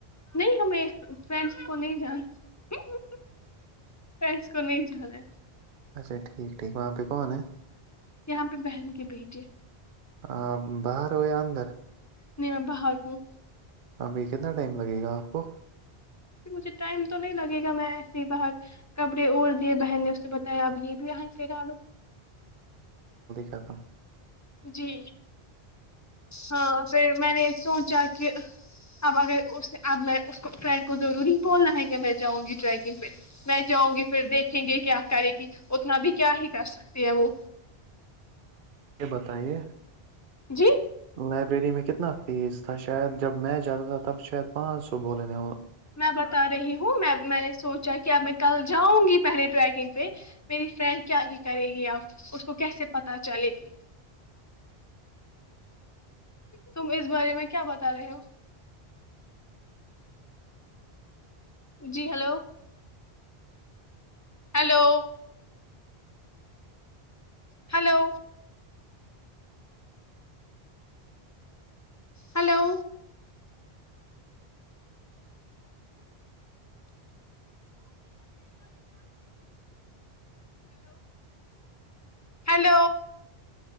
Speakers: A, on the left; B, on the right.
A: نہیں ہمیں فرینڈس کو نہیں جان فرینڈس کو نہیں جانا
B: اچھا ٹھیک ٹھیک وہاں پہ کون ہے
A: یہاں پہ بہن کے بیٹے
B: آ باہر ہو اندر
A: نہیں میں باہر ہوں
B: ہاں بھ کتنا ٹائم لگے گا آپ کو
A: مجھے ٹائم تو نہیں لگے گا میں ایسے ہی باہر کپڑے اور دیے بہن نے اس نے بتایا آپ یہ بھی آیں پ ڈ آ لو
B: کم
A: جی ہاں پھر میں نے سوچا کہ کہ اب اگر اس اب میں اس فرینڈ کو ضروری بولنا ہے کہ میں جاؤں گی ٹریکنگ پہ میں جاؤں گی پھر دیکھیں گے کیا کرے گی اتنا بھی کیا ہی کر سکتے ہے وہ
B: یہ بتائیے
A: جی
B: لائبریری میں کتنا فیس تھا شاید جب میں جاتا تھا تب شاید پانچ سو بولنے
A: میں بتا رہی ہوں ہ میں میں نے سوچا کہ اب میں کل جاؤں گی پہلے ٹریکنگ پہ میری فرینڈ کیا ہی کرے گی اب اس کو کیسے پتا چلے گی تم اس بارے میں کیا بتا رہے ہو جی hello hello hello hello hello